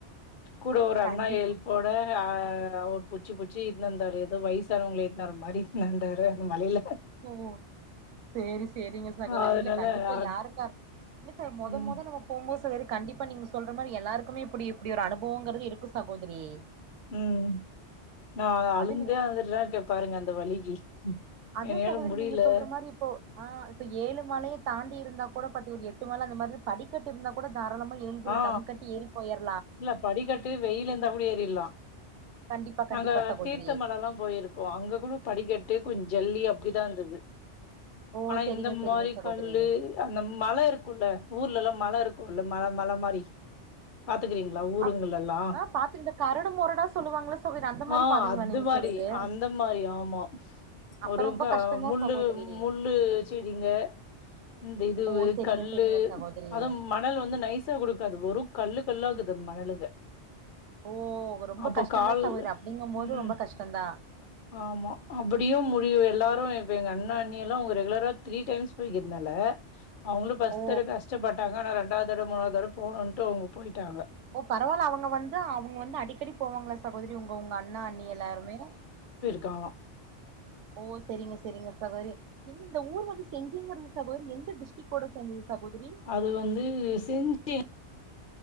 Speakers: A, on the left; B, on the right.
A: கூட ஒரு அண்ணா
B: கண்டிப்பா
A: எல்ப்போட ஆ அவர் புட்ச்சு புட்ச்சு இட்னு வந்தாரு எதோ வய்சானவ்ங்கள இட்த்துனு வர மாரி வந்தாரு அந்த மலையில
B: ஓ சேரி சேரிங்க சக் கோதரி
A: அதனால
B: இல்ல கண்டிப்பா
A: அ
B: யாருக்கா இரு இல்ல சகோ மொத
A: ம்
B: மொத நம்ம போம்போ கு சகோதரி கண்டிப்பா நீங்க சொல்ற மாரி எல்லாருக்குமே இப்டி இப்டி ஒரு அனுபவங்கிறது இருக்கு சகோதரி
A: ம் நா அழுந்தே
B: அது நீங்க
A: அழுந்துட்டுதா இருக்கே பாருங்க அந்த வலிக்கு
B: அதுவு
A: என்னால
B: சகோதரி
A: முடியல
B: நீங்க சொல்ற மாரி இப்போ ஆ இப்ப ஏழு மலைய தாண்டி இருந்தா கூட பத்து ஒரு எட்டு மல அந்த மாரிதா படிக்கட்டு இருந்தா கூட தாராளமா எழுந்து இதுல
A: ஆ
B: தம் கட்டி ஏறி போயற்
A: இல்ல படிக்கட்டு வெளில இருந்தா கூட ஏறிர்லா
B: கண்டிப்பா கண்டிப்பா
A: நாங்க
B: சகோதரி
A: தீர்த்தமலலா போயிருக்கோ அங்க கூட படிக்கட் ஜல்லி அப்டிதா இருந்தது
B: ஓ
A: ஆனா
B: செரிங்க
A: இந்த
B: செரிங்க
A: மாரி
B: சகோதரி
A: கல்லு அந்த மல இருக்குல ஊர்லலா மல இருக்கு அந்த மல மல மாரி பாத்துக்றீங்ளா ஊருங்களெல்லா
B: அ ஆ பாத்து இந்த கரடு மொரடா சொல்லுவாங்கள சகோதரி அந்த மாரி
A: ஆ
B: பாதைங்களா
A: அது
B: நீங்க
A: மாரி
B: சொல்றது
A: ரி அந்த மாரி ஆமா
B: அப்ப
A: ஒரு
B: ரொம்ப
A: கா
B: கஷ்டந்தா
A: முள்ளு
B: சகோதரி
A: முள்ளு செடிங்க இந்த இதுவு
B: ஓ செரிங்க
A: கல்லு
B: செரிங்க சகோதரி
A: அத மணல் வந்து நைசா குடுக்காது வெறும் கல்லுக் வெல்லாகுது மணலுங்க
B: ஓ ரொம்ப
A: அப்ப
B: கஷ்டந்தா
A: கால்
B: சகோதரி அப்டிங்கும் போது
A: ம்
B: ரொம்ப கஷ்டந்தா
A: ஆமா அப்புடியு முடிய எல்லாரு இப்ப எங்க அண்ண அண்ணியலா அவுங்க ரெகுலரா த்ரீ டைம்ஸ் போய்கிறனால அவுங்களு ஃபஸ்ட்
B: ஓ
A: தடவ கஷ்டபட்டாங்க ஆனா ரெண்டாத் தடவ மூணாத் தடவ போகணுன்டு அவுங்க போயிட்டாங்க
B: ஓ பரவால்ல அவுங்க வந்து அவுங்க வந்து அடிக்கடி போவாங்களா சகோதரி உங்க உங்க அண்ணா அண்ணி எல்லாருமே
A: கா
B: ஓ செரிங்க செரிங்க சகோதரி இந்த ஊர் வந்து செஞ்சின் போட்ருக்கு சகோதரி எந்த டிஸ்டிக்கோட சேந்தது சகோதரி
A: அது வந்து செஞ்சி